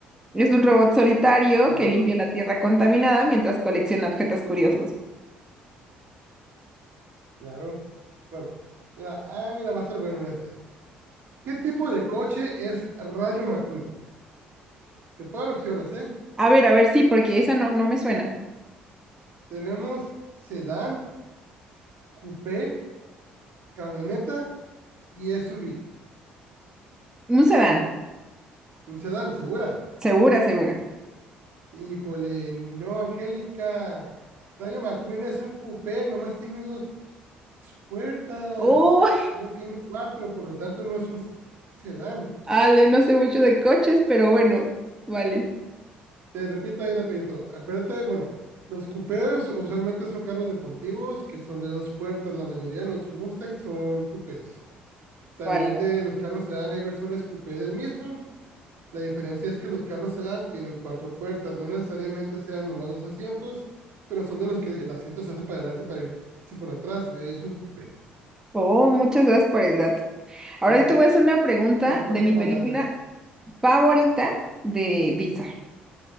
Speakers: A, on the right (about 15°); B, on the right (about 60°).
A: Es un robot solitario
B: claro,
A: que limpia la tierra contaminada mientras colecciona objetos curiosos.
B: claro. Bueno, mira, ah, mira, va a ser bueno este. ¿Qué tipo de coche es Rayo McQueen? Te puedo dar opciones, ¿eh?
A: A ver, a ver, sí, porque esa no, no me suena.
B: Tenemos sedán, coupé, camioneta y SUV.
A: Un sedán,
B: Un sedán, ¿segura?
A: segura, segura.
B: Híjole, no, Angélica. Rayo McQueen es un coupé, nomás tiene dos puertas.
A: Oh,
B: No tiene cuatro, por lo tanto no es un sedán.
A: <laughs> Ale, no sé mucho de coches, pero bueno, vale
B: Te repito ahí rapidito. Acuérdate, bueno, los coupés usualmente son carros deportivos que son de dos puertas. La mayoría de los Mustangs son coupés. También
A: vale.
B: de los carros sedán hay versiones coupé del mismo La diferencia es que los carros sedán tienen cuatro puertas, no necesariamente sean nomás dos asientos, pero son de los que el asiento se hace para adelante para irse por atrás. Es un coupé.
A: Oh, muchas gracias por el dato. Ahora
B: Son,
A: yo te voy a hacer una pregunta
B: son puertas
A: de mi
B: más
A: película
B: largas.
A: favorita de Pixar.